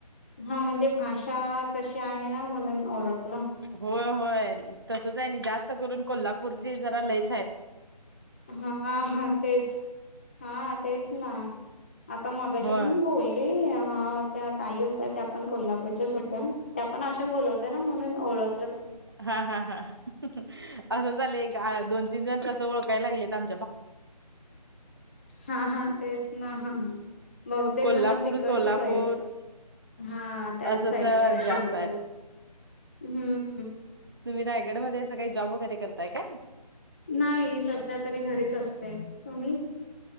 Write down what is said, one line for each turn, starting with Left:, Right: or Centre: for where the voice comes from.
Left: हा म्हणजे भाषा कशी आहे ना, म्हणून ओळखलं.
Right: होय होय तसचे नी, जास्त करून कोल्हापूरची जरा लईच हाय.
Left: हा हा तेच, हा तेच ना, आता मगाशी
Right: होय
Left: पण बोल ले, ह त्या ताई होत्या, त्या पण कोल्हापूरच्याच होत्या, त्या पण अशाच बलावत होत्या ना, म्हणून ओळख.
Right: हा हा हा असं झालंय, एक दोन तीन जण तस ओळखय लागलेय, आम
Left: हा हा, तेच ना, ह. बहुतेक
Right: कोल्हापूर
Left: जण, तिकडचेच
Right: सोलापूर
Left: आहेत. हा त्याच
Right: असंच
Left: साईडचेय
Right: जास्त
Left: बहुतेक,
Right: आहेत
Left: हम्म.
Right: तुम्ही रायगड मध्ये, असं काही, जॉब वगैरे करताय काय?
Left: नाही, सध्या तरी घरीच असते, तुम्ही?